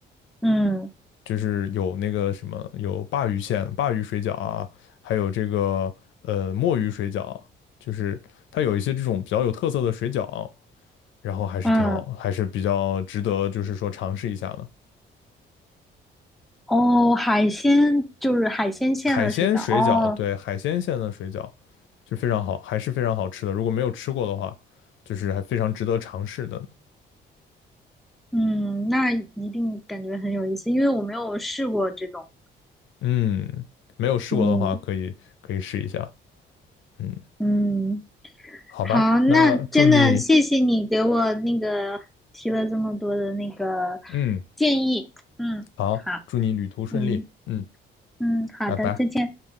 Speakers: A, in the centre; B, on the left.
A: 的？嗯
B: 就是有那个什么有鲅鱼馅、鲅鱼水饺啊，还有这个呃墨鱼水饺，就是它有一些这种比较有特色的水饺，然后还是挺好，
A: 嗯。
B: 还是比较值得就是说尝试一下的。
A: 哦，海鲜就是海鲜馅的水饺哦，
B: 海鲜水饺，对，海鲜馅的水饺，就非常好，还是非常好吃的。如果没有吃过的话，就是还非常值得尝试的。
A: 嗯，那一定感觉很有意思，因为我没有试过这种，
B: 嗯，没有试过的话，
A: 嗯
B: 可以可以试一下。嗯，
A: 嗯，
B: 好吧，
A: 好，那真的谢谢你给我那个提了这么多的那个
B: 那祝你，嗯，
A: 建议，嗯，
B: 好，
A: 好，
B: 祝你旅途顺利。
A: 嗯
B: 嗯，
A: 嗯，好的，
B: 拜拜。
A: 再见。